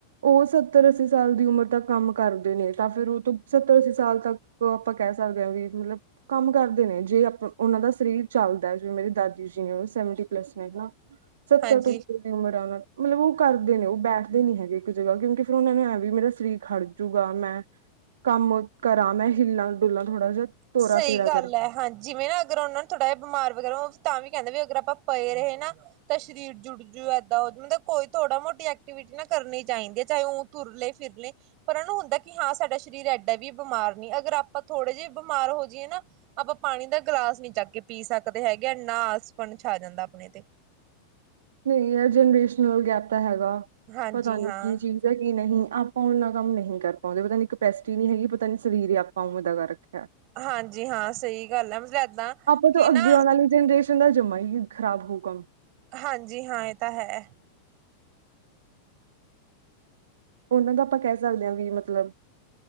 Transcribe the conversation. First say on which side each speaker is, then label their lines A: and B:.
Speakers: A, on the right; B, on the right.
A: ਉਹ ਸੱਤਰ ਅੱਸੀ ਸਾਲ ਦੀ ਉਮਰ ਤੱਕ ਕੰਮ ਕਰਦੇ ਨੇ ਤਾਂ ਫਿਰ ਉਹ ਤੋਂ ਸੱਤਰ ਅੱਸੀ ਸਾਲ ਤੱਕ ਆਪਾਂ ਕਹਿ ਸਕਦੇ ਹਾਂ, ਵੀ ਮਤਲਬ ਕੰਮ ਕਰਦੇ ਨੇ ਜੇ ਆਪ ਉਹਨਾਂ ਦਾ ਸਰੀਰ ਚੱਲਦਾ ਜਿਵੇਂ ਮੇਰੀ ਦਾ ਦੀ ਨੇ ਉਹ ਸੈਵਟੀ ਪਲੱਸ ਨੇ ਹਨਾ, ਸੱਤਰ
B: ਹਾਂਜੀ।
A: ਤੋਂ ਉੱਪਰ ਦੀ ਉਮਰ ਹੈ ਉਹਨਾਂ ਮਤਲਬ ਉਹ ਕਰਦੇ ਨੇ ਉਹ ਬੈਠਦੇ ਨੀ ਹੈ। ਜਗਾ ਕਿਉਂਕਿ ਫਿਰ ਉਹਨਾਂ ਨੂੰ ਐ ਵੀ ਮੇਰਾ ਸਰੀਰ ਖੜ ਜੂਗਾ ਮੈਂ ਕੰਮ ਕਰਾਂ ਮੈਂ ਹਿੱਲਾਂ ਡੁਲਾਂ ਥੋੜਾ ਜਿਹਾ, ਤੋਰਾ
B: ਸਹੀ
A: ਫੇਰਾ
B: ਗੱਲ
A: ਕਰਾਂ
B: ਹੈ, ਹਾਂ ਜਿਵੇਂ ਨਾ ਅਗਰ ਉਹਨਾਂ ਨੂੰ ਥੋੜਾ ਜਿਹਾ ਬਿਮਾਰ ਵਗੈਰਾ ਤਾਂ ਵੀ ਕਹਿੰਦਾ ਵੀ ਅਗਰ ਆਪਾਂ ਪਏ ਰਹੇ ਨਾ ਤਾਂ ਸਰੀਰ ਜੁੜ ਜੂ ਏਦਾਂ ਹੋ ਜੂ ਮਤਲਬ ਕੋਈ ਥੋੜਾ ਮੋਟੀ ਐਕਟੀਵਿਟੀ ਨਾ ਕਰਨੀ ਚਾਹੀਦੀ ਹੈ ਚਾਹੇ ਉਹ ਤੁਰਲੇ ਫਿਰਲੇ ਏ ਪਰ ਉਹਨ ਨੂੰ ਹੁੰਦਾ ਕਿ ਹਾਂ ਸਾਡਾ ਸਰੀਰ ਐਡਾਂ ਵੀ ਬਿਮਾਰ ਨੀ ਅਗਰ ਆਪਾਂ ਥੋੜੇ ਜਿਹੇ ਬਿਮਾਰ ਹੋ ਜਾਈਏ ਨਾ ਆਪਾਂ ਪਾਣੀ ਦਾ ਗਿਲਾਸ ਨੀ ਚੱਕ ਕੇ ਪੀ ਸਕਦੇ ਹੈਗੇ, ਏਨਾ ਆਲਸਪਣ ਛਾ ਜਾਂਦਾ ਆਪਣੇ ਤੇ।
A: ਨਹੀਂ ਯ ਜਨਰੇਸ਼ਨਲ ਗੈਪ ਤਾਂ ਹੈ
B: ਹਾਂਜੀ
A: ਪਤਾ ਨੀ
B: ਹਾਂ
A: ਕੀ ਚੀਜ਼ ਹੈ ਕੀ ਨਹੀਂ, ਆਪਾ ਕੰਮ ਨਹੀਂ ਕਰ ਪਾਉਂਦੇ ਪਤਾ ਨੀ ਇੱਕ ਪੈਸੇ ਨਹੀਂ ਹੈਗੀ ਪਤਾ ਨੀ ਸਰੀਰ ਹੀ ਆਪਾਂ ਉਵੇਂ ਦਾ ਕਰ ਰੱਖਿਆ।
B: ਹਾਂਜੀ ਹਾਂ ਸਹੀ ਗੱਲ ਹੈ। ਏਦਾਂ
A: ਆਪਾਂ
B: ਕਿ
A: ਤੋਂ
B: ਨਾ
A: ਅੱਗੇ ਆਉਣ ਵਾਲੀ ਜਨਰੇਸ਼ਨ ਚੰਗਾ ਜੰਮਾ ਹੀ ਖਰਾਬ ਹੋਉ ਕੰਮ,
B: ਹਾਂਜੀ ਹਾਂ ਇਹ ਤਾਂ ਹੈ,
A: ਉਹਨਾਂ ਦਾ ਆਪਾਂ ਕਹਿ ਸਕਦੇ ਹਾਂ ਵੀ ਮਤਲਬ